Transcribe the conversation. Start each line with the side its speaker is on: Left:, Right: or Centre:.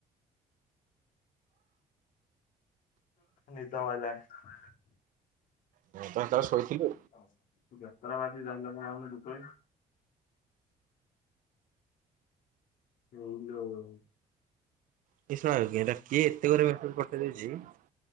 Left: ନିଦ ମାଇଲାଣି। <inaudible>
Right: ମୁଁ ତ ସେତେବେଳେ ଶୋଇଥିଲି।
Left: <inaudible>
Right: <inaudible> କିଏ ଏତେ ଘେ ପେଠେଇ ଦେଇଉଛି